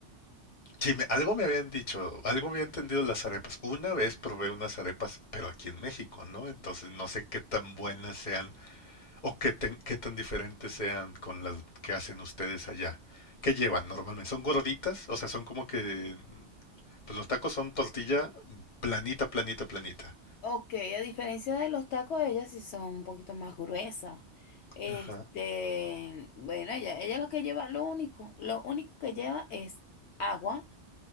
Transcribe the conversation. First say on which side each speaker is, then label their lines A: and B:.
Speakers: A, on the left; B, on the left.
A: sí, me- algo me habían dicho, algo había entendido de las arepas. Una vez probé unas arepas, pero aquí en México, ¿no? Entonces no sé qué tan buenas sean ¿O qué, ten- qué tan diferentes sean con las que hacen ustedes allá? ¿Qué llevan normalmente? ¿Son gorditas? O sea, son como que... Pues los tacos son tortilla planita, planita, planita.
B: Ok, a diferencia de los tacos, ellas sí son un poquito más gruesas. Este,
A: Ajá.
B: bueno, ella, ella lo que lleva, lo único, lo único que lleva es agua,